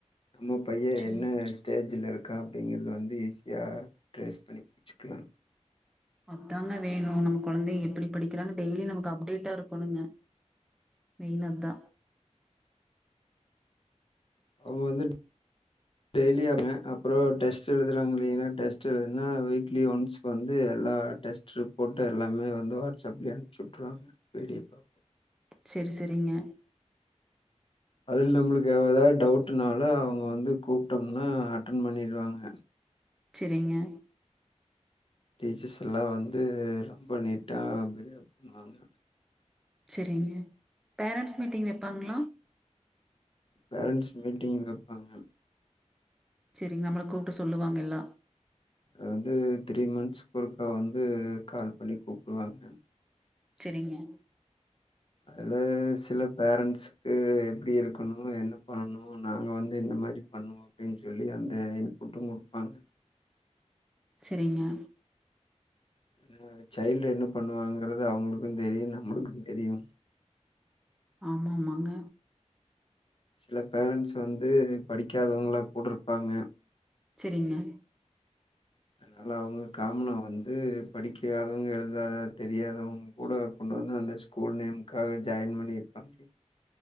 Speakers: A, on the left (about 45°); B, in the centre.
A: நம்ம பையன்
B: சரி
A: என்ன வே ஸ்டேஜ்ல இருக்கா அப்டிங்குறது வந்து ஈஸியாக ட்ரேஸ் பண்ணி புடிச்சுக்கலா
B: அத்தாங்க வேணு நம்ம கொழந்தய எப்டி படிக்கிறாங்க டெய்லி நமக்கு அப்டேட்டா இருக்கணுங்க மெயின் அதா
A: அவங்க வந்து டெய்லி ஆங்க அப்றோ டெஸ்ட் எழுதுறாங்க இல்லேங்களா டெஸ்ட் எழுதுனா வீக்லி ஒன்ஸ் இப்போ வந்து எல்லா டெஸ்ட் ரிப்போர்டு எல்லாமே வந்து வாட்ஸ்அப்லயே அனுப்ச்சு வுட்ருவாங்க வீடியோ பா
B: சேரி சேரிங்க
A: அதில நம்மளுக்கு எதாவது டவுட்னாலு அவங்க வந்து கூப்ட்டோம்னா அட்டன் பண்ணிருவாங்க
B: செரிங்க
A: டீச்சர்ஸ் எல்லா வந்து ரொம்ப நீட்டா பிஹேவ் பண்ணுவாங்க
B: செரிங்க பேரண்ட்ஸ் மீட்டிங் வைப்பாங்களா
A: பேரண்ட்ஸ் மீட்டிங் வைப்பாங்க
B: செரிங் நம்மள கூப்ட்டு சொல்லுவாங்க எல்லா
A: அது வந்து த்ரீ மந்த்ஸ் ஒருக்கா வந்து கால் பண்ணி கூப்பிடுவாங்க
B: செரிங்க
A: அதுல சில பேரண்ட்ஸ் க்கு எப்டி இருக்கணு என்ன பண்ணனு நாங்க வந்து இந்த மாரி பண்ணுவோ அப்டின்னு சொல்லி அந்த இன்புட்டு குடுப்பாங்க
B: செரிங்க
A: ஏன்னா அந்த சைல்டு என்ன பண்ணுவாங்கிறது அவங்களுக்கு தெரியு நம்மளுக்கு தெரியு
B: ஆமாமாங்க
A: சில பேரண்ட்ஸ் வந்து படிக்காதவங்களா கூட இருப்பாங்க
B: செரிங்க
A: அதனால அவங்க காமனா வந்து படிக்காதவங்க எழுதாத தெரியாதவங்க கூட கொண்டு வந்து அந்த ஸ்கூல் நேமுக்காக ஜாயின் பண்ணியிருப்பாங்க